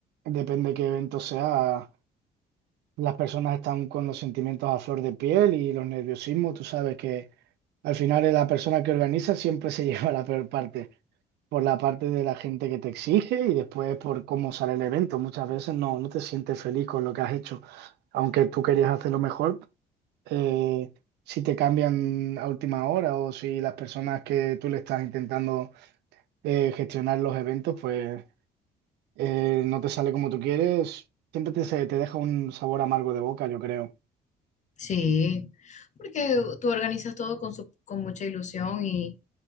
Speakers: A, on the right; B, on the left.
A: depende qué evento sea, las personas están con los sentimientos a flor de piel y los nerviosismos, tú sabes que al final es la persona que organiza siempre se <laughs> lleva la peor parte, por la parte de la gente que te exige y después por cómo sale el evento. Muchas veces no, no te sientes feliz con lo que has hecho, aunque tú querías hacerlo mejor eh, si te cambian a última hora o si las personas que tú le estás intentando eh, gestionar los eventos, pues eh, no te sale como tú quieres, siempre te, se- te deja un sabor amargo de boca, yo creo.
B: Sí, porque tú organizas todo con, su- con mucha ilusión y,